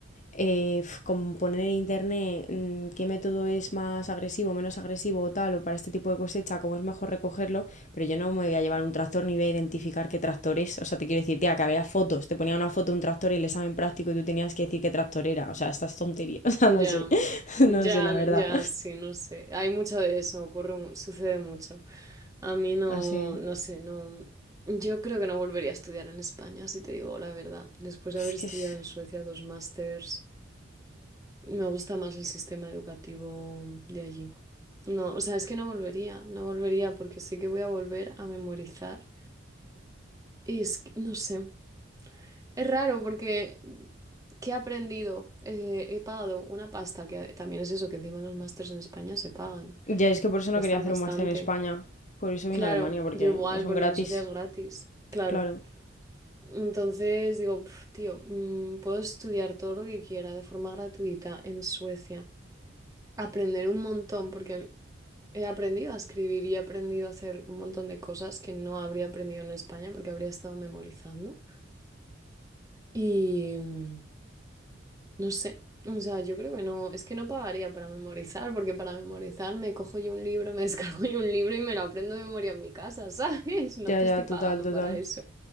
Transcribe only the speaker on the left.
eh, f- como poner en internet mm, qué método es más agresivo, menos agresivo o tal, o para este tipo de cosecha, cómo es mejor recogerlo, pero yo no me voy a llevar un tractor ni voy a identificar qué tractor es. O sea, te quiero decir, tía, que había fotos, te ponía una foto de un tractor en el examen práctico y tú tenías que decir qué tractor era. O sea, estas tonterías, <laughs> o sea,
no sé, <laughs>
no sé, la verdad.
Así,
es
que
es...
Ya es que por eso
no quería hacer
un máster en España, por eso
vine a Alemania, porque
son
gratis,
claro.
Ya,
ya,
total, total.